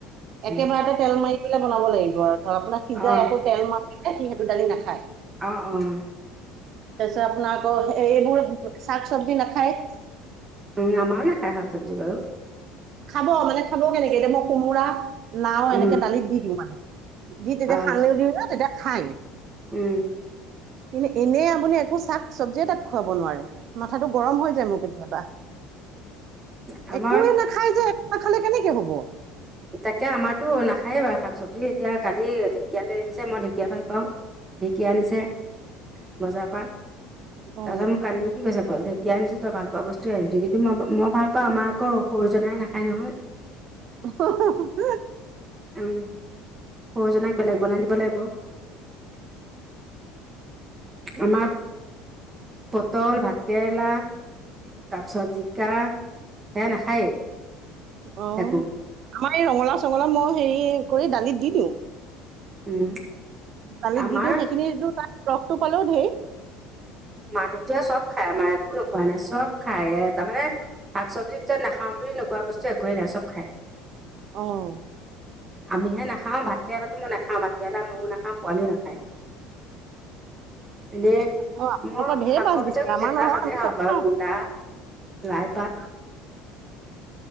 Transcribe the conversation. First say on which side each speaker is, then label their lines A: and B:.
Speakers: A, on the right; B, on the right.
A: একেবাৰতে
B: উম
A: তেল মাৰি পেলাই বনাব লাগিব আৰু আপোনাৰ সিজাই
B: অ
A: আকৌ তেল মাৰিলে সি সেইটো দালি নাখায়।
B: অ', অ'
A: তাৰপাছত আপোনাৰ আকৌ এইবোৰোৰ শাক চব্জি নাখায়
B: উম আমাৰো নাখাই শাক চব্জি বাৰু
A: খাব মানে খাব কেনেকে মই কোমোৰা লাও
B: উম
A: এনেকে দালিত দি দিওঁ মানে দি তেতিয়া
B: অ
A: খালি দিওঁ ন তেতিয়া খায়।
B: উম
A: কিন্তু এনে আপুনি একো শাক চব্জিয়ে তাক খুৱাব নোৱাৰে মাথাটো গৰম হৈ যায় মোৰ কেতিয়াবা
B: আমাৰ
A: একোয়ে না খাই যে একটা খালে কেনেকে হব
B: তাকে আমাৰতো নাখায়ে বাৰু শাক চবজি এতিয়া কালি ঢেকীয়া লৈ আনিছে মই ঢেকীয়া ভাল পাওঁ ঢেঁকীয়া আনিছে বজাৰ পৰা তাৰ
A: অ
B: পিছত মোক আনিয়ে কি কৈছে ঢেঁকীয়া আনিছোঁ তই ভাল পোৱা বস্তু আনিছো কিন্তু মই ভ পাওঁ আমাৰ আকৌ সৰু জনাই নাখায় নহয়
A: <inaudible>
B: উম সৰুজনাক বেলেগ বনাই দিব লাগিব আমাৰ পটল, ভাত কেৰেলা তাৰপিছত জিকা সেয়াই নাখায়েই
A: অ',
B: একো
A: আমাৰ এই ৰঙালা চঙলা মই হেৰি কৰি দালিত দি দিওঁ
B: উম
A: দালিত
B: আমাৰ
A: দি দিওঁ সেইখিনি তাৰ ৰসটো পালেও ঢেৰ
B: মানুহটোৱে চব খাই আমাৰ একোনো খোৱা নাই চব খায়ে তাৰমানে শাক চব্জিৰ ভিতৰত নাখাওঁ বুলি নোোৱা বস্তু একোৱেই নাই চব খাই
A: অ',
B: আমি হে নাখাওঁ ভাত কেৰেলা মই নাখাওঁ ভাতকেৰেলা ময়ো নাখাও পোৱালীও নাখায় এনে
A: অ', আপোনালোকৰ
B: মই
A: ঢেৰ
B: শাকৰ
A: মাছ বিচাৰে
B: ভিতৰত গোটেই
A: আমাৰ
B: কেইটা
A: নহয়
B: শাকেই
A: আমি
B: খাব
A: চব
B: পাৰোঁ
A: খাওঁ।
B: মূলা লাইপাত